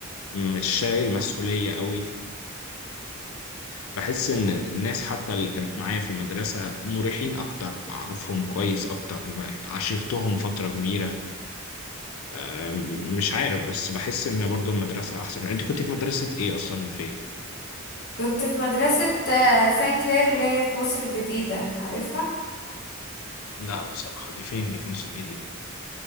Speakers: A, on the left (about 85°); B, on the left (about 50°).
A: مش شايل مسؤولية قوي بحس ان الناس حتى اللي كانت معايا في المدرسه مريحين اكتر اعرفهم كويس اكتر عاشرتهم فتره كبيره أم، مش عارف بس بحس ان برضو المدرسه احسن انت كنت في مدرسه ايه اصلا وفين
B: كنت في مدرسة آه، سان كلير اللي هي في مصر الجديدة عارفها
A: لا بصراحه دي فين دي في مصر الجديده